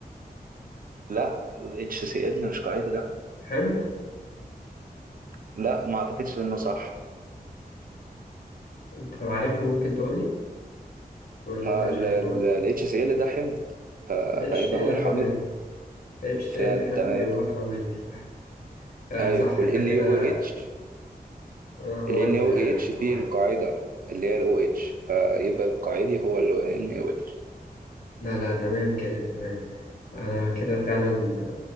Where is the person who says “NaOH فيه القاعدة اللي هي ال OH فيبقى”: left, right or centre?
Right